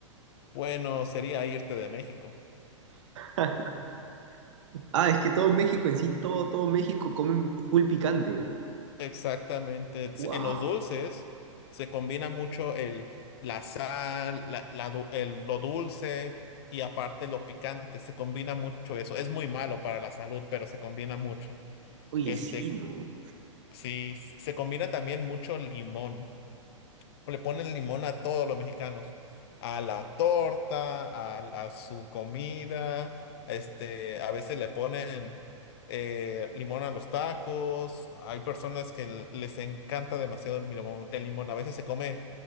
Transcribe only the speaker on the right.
<laughs> Ah, es que todo México en sí, todo, todo México comen full picante.
Wow.
Oye,
sí, ¿no?